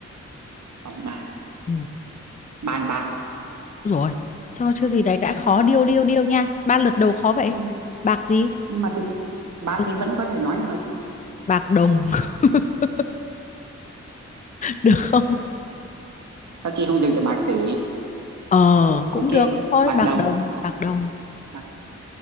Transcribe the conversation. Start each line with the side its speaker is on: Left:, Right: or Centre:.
Right: bóng bàn
Left: Ừ.
Right: bàn bạc
Left: Úi dồi, sao chưa gì đấy đã khó điêu điêu điêu nha ba lượt đầu khó vậy
Right: nhưng
Left: bạc gì
Right: nhưng mà cái ba
Left: Ừ.
Right: cái vẫn có thể nói được mà chị
Left: Bạc đồng. <laughs> được không
Right: sao chị không dừng từ bạc tỷ
Left: Ờ, cũng
Right: ok
Left: được
Right: b-
Left: thôi
Right: bạc
Left: bạc
Right: đồng
Left: đồng
Right: ok
Left: bạc đồng.
Right: bạc